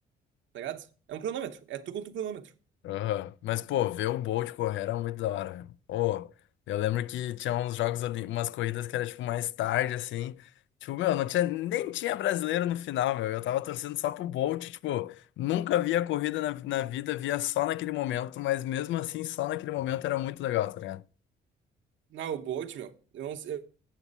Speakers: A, on the right; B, on the left.
A: Tá ligado? É um cronômetro. É tu contra um cronômetro.
B: Aham. Mas, pô, ver o Bolt correr era muito da hora, velho. Ô, eu lembro que tinha uns jogos ali, umas corridas que era, tipo, mais tarde, assim. Tipo, meu, não tinha, nem tinha brasileiro no final, meu. Eu tava torcendo só pro Bolt, tipo, nunca via corrida na, na vida, via só naquele momento, mas mesmo assim, só naquele momento era muito legal, tá ligado?
A: Não, o Bolt, meu. Eu não sei. Eu,